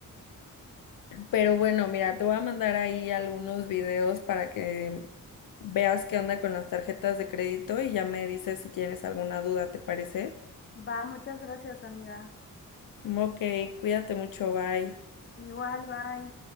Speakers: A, on the left (about 75°); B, on the left (about 35°).
A: Pero bueno, mira, te voy a mandar ahí algunos videos para que veas qué onda con las tarjetas de crédito y ya me dices si tienes alguna duda, ¿te parece?
B: Va, muchas gracias, amiga.
A: Ok, cuídate mucho, bye.
B: Igual, bye.